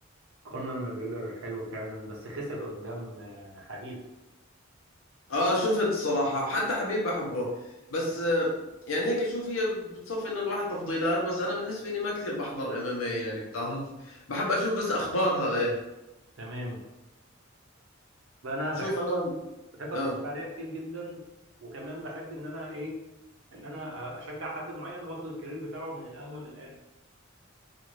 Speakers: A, on the right; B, on the left.
A: كونر ماجريجر حلو فعلا بس خسر قدام آه، حبيب
B: اه شفت الصراحة حتى حبيب بحبه بس آه، يعني هيك شوف هي بتصفي انه الواحد تفضيلات بس انا بالنسبة لي ما كثير بحضر ام ام اي يعني بتعرف بحب اشوف بس اخبارها ايه
A: تمام فانا بحب
B: شوف انا
A: بحب اتفرج
B: اه
A: عليها كتير جدا وكمان بحب ان انا ايه ان انا اشجع حد معين واخد الكارير بتاعه من الاول للاخر